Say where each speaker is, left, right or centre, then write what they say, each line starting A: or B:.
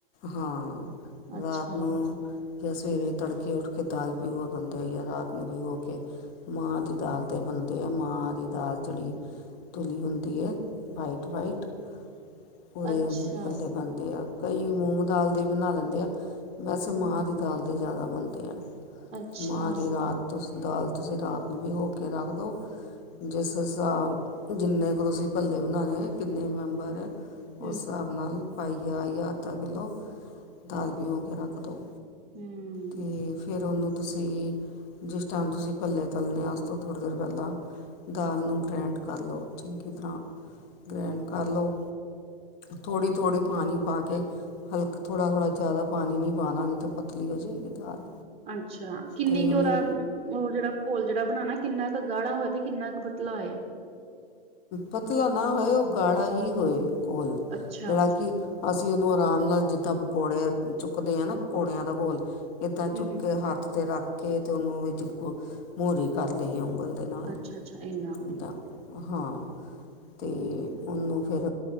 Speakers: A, on the left (about 40°); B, on the right (about 20°).
A: ਹਾਂ
B: ਅੱਛਾ,
A: ਰਾਤ ਨੂੰ ਜਾਂ ਸਵੇਰੇ ਤੜਕੇ ਉੱਠ ਕੇ ਦਾਲ ਭਿਘੋ ਦਿੰਦੇ ਹੈਗੇ ਜਾਂ ਰਾਤ ਨੂੰ ਭਿਘੋ ਕੇ ਮਾਂ ਦੀ ਦਾਲ ਦੇ ਬਣਦੇ ਐ, ਮਾਂ ਦੀ ਦਾਲ ਜਿਹੜੀ ਤੁਲੀ ਹੁੰਦੀ ਹੈ ਵਾਈਟ ਵਾਈਟ ਪੂਰੇ
B: ਅੱਛਾ,
A: ਭੱਲੇ ਬਣਦੇ ਆ ਕਈ ਮੂੰਗ ਦਾਲ ਦੇ ਹੀ ਬਣਾ ਲੈਂਦੇ ਆ, ਵੈਸੇ
B: ਹੂੰ,
A: ਮਾਂਹਾਂ ਦੀ ਦਾਲ ਦੇ ਜ਼ਿਆਦਾ ਬਣਦੇ ਆ।
B: ਅੱਛਾ।
A: ਮਾਂ ਰਾਤ ਤੁਸੀ ਦਾਲ ਤੁਸੀਂ ਰਾਤ ਨੂੰ ਭਿਗੋ ਕੇ ਰੱਖ ਦਿਉ। ਜਿਸ ਹਿਸਾਬ ਜਿੰਨੇ ਕੁ ਤੁਸੀਂ ਭੱਲੇ ਬਣਾਉਣੇ ਕਿੰਨੇ ਮੈਂਬਰ ਅ।
B: ਹੂੰ।
A: ਉਸ ਹਿਸਾਬ ਨਾਲ ਪਾਈਆ ਜਾਂ ਅੱਧਾ ਕਿੱਲੋ ਦਾਲ ਭਿਓ ਕੇ ਰੱਖ ਦਿਉ਼।
B: ਹੂੰ,
A: ਤੇ ਫੇਰ ਉਹਨੂੰ ਤੁਸੀਂ ਜਿਸ ਟਾਈਮ ਤੁਸੀਂ ਭੱਲੇ ਤਲਣੇ ਆ ਉਸ ਤੋਂ ਥੋੜ੍ਹੀ ਦੇਰ ਪਹਿਲਾਂ ਦਾਲ ਨੂੰ ਗ੍ਰੈਂਡ ਕਰ ਲਉ ਚੰਗੀ ਤਰ੍ਹਾਂ ਗ੍ਰੈਂਡ ਕਰ ਲਉ। ਥੋੜ੍ਹੀ, ਥੋੜ੍ਹੀ ਪਾਣੀ ਪਾ ਕੇ ਹਲਕਾ ਥੋੜ੍ਹਾ, ਥੋੜ੍ਹਾ ਜ਼ਿਆਦਾ ਪਾਣੀ ਨਹੀਂ ਪਾਉਣਾ੍ ਨਹੀਂ ਤਾਂ ਪਤਲੀ ਹੋ ਜਾਏਗੀ ਦਾਲ।
B: ਅੱਛਾ ਕਿੰਨੀ
A: ਅਤੇ ਉਹਨੂੰ
B: ਕੁ ਉਹਦਾ ਉਹ ਜਿਹੜਾ ਘੋਲ ਜਿਹੜਾ ਬਣਾਉਣਾ ਕਿੰਨਾ ਕੁ ਗਾੜਾ ਹੋਏ ਤੇ ਕਿੰਨਾ ਕੁ ਪਤਲਾ ਹੋਏ।
A: ਪਤਲਾ ਨਾ ਹੋਏ ਉਹ ਗਾੜਾ ਹੀ ਹੋਏ ਘੋਲ਼
B: ਅੱਛਾ,
A: ਜਿਹੜਾ ਕਿ ਅਸੀਂ ਉਹਨੂੰ ਆਰਾਮ ਨਾਲ ਜਿੱਦਾਂ ਪਕੌੜੇ ਚੁੱਕਦੇ ਹਾਂ ਨਾ ਪਕੌੜਿਆਂ ਦਾ ਘੋਲ ਇਦਾਂ ਈ
B: ਹੂੰ-ਹੂੰ,
A: ਚੁੱਕ ਕੇ ਹੱਥ ਤੇ ਰੱਖ ਕੇ ਤੇ ਉਹਨੂੰ ਵਿੱਚ ਮੋਹਰੀ ਕਰ ਲਈ ਉਂਗਲ ਦੇ ਨਾਲ
B: ਅੱਛਾ-ਅੱਛਾ ਇੰਨਾ
A: ਜਿੱਦਾਂ
B: ਕੁ
A: ਹਾਂ
B: ਹੂੰ,
A: ਤੇ ਉਹਨੂੰ ਫਿਰ